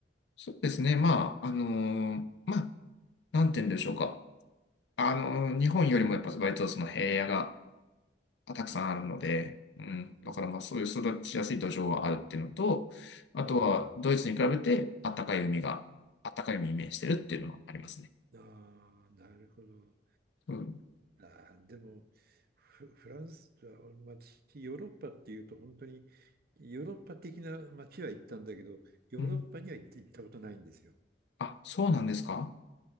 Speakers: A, on the left; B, on the right.
A: そうですね。まあ、あのーまあ、なんて言うんでしょうか。あのー日本よりもやっぱ割とその平野ががたくさんあるので、
B: うん、
A: うん、
B: うん、
A: だからまあそういう育ちやすい土壌はあるっていうのと、あとはドイツに比べてあったかい海が、
B: ああ、
A: あったかい海に面してるっていうのはありますね。
B: ああなるほど。
A: うん。
B: ああでもフ、フランス、あまあ私ヨーロッパっていうと本当にヨーロッパ的な街は行ったんだけどヨーロッパには行って行ったことないんですよ。
A: うん。あ、そうなんですか